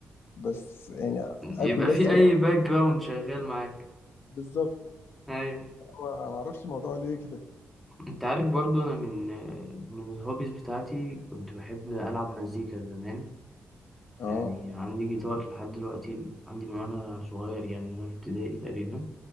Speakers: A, on the left; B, in the centre.
A: بس يعني
B: يبقى
A: اكل بس
B: في
A: كده
B: اي باك جراوند شغال معاك
A: بالظبط
B: ايوه
A: هو ما اعرفش الموضوع ليه كده
B: انت عارف برضو انا من من الهوبيز بتاعتي كنت بحب العب مزيكا زمان
A: اه
B: يعني عندي جيتار لحد دلوقتي عندي من وانا صغير يعني من وانا في ابتدائي تقريبا